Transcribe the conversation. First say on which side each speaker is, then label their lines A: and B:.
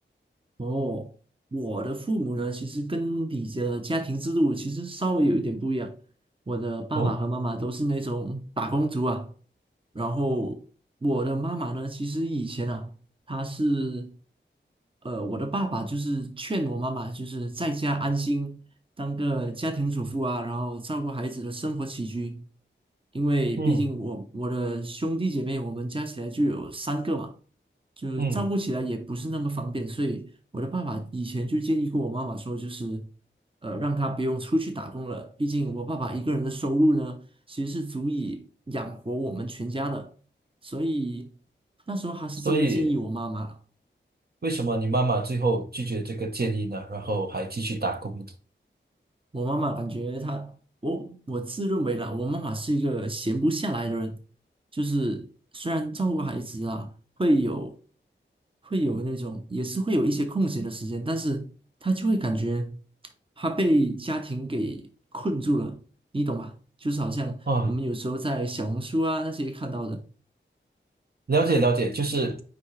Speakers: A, on the right; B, on the right.
A: 哦，我的父母呢，其实跟你的家庭制度其实稍微有一点不一样。我的爸爸和妈妈都是那种打工族啊，
B: 哦，
A: 然后我的妈妈呢，其实以前啊，她是，呃，我的爸爸就是劝我妈妈，就是在家安心当个家庭主妇啊，然后照顾孩子的生活起居，因为毕竟我我的兄弟姐妹，
B: 嗯
A: 我们加起来就有三个嘛。就是照顾起来也不是那么方便，
B: 嗯，
A: 所以我的爸爸以前就建议过我妈妈说，就是呃，让她不用出去打工了，毕竟我爸爸一个人的收入呢，其实是足以养活我们全家的，所以那时候还是这么建议我妈妈了。
B: 所以为什么你妈妈最后拒绝这个建议呢？然后还继续打工呢？
A: 我妈妈感觉她，我我自认为啦，我妈妈是一个闲不下来的人，就是虽然照顾孩子啊，会有会有那种，也是会有一些空闲的时间，但是她就会感觉她被家庭给困住了，你懂吗？就是好像我们有时候在小红书啊那些看到的，
B: 啊，了解了解，就是